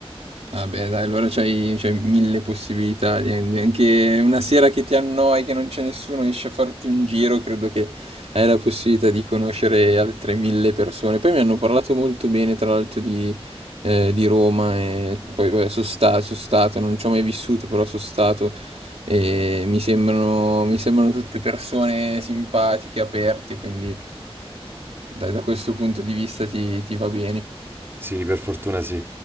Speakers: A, on the right (about 80°); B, on the right (about 20°).
A: Ah beh dai, allora c'hai c'hai mille possibilità, di- di- anche una sera che ti annoi, che non c'è nessuno, esci a farti un giro, credo che hai la possibilità di conoscere altre mille persone. Poi mi hanno parlato molto bene, tra l'altro, di, eh, di Roma, e poi vabbè, sono sta- sono stato, non ci ho mai vissuto, però sono stato, e mi sembrano, mi sembrano tutte persone simpatiche, aperte, quindi dai, da questo punto di vista ti ti va bene.
B: Sì, per fortuna sì.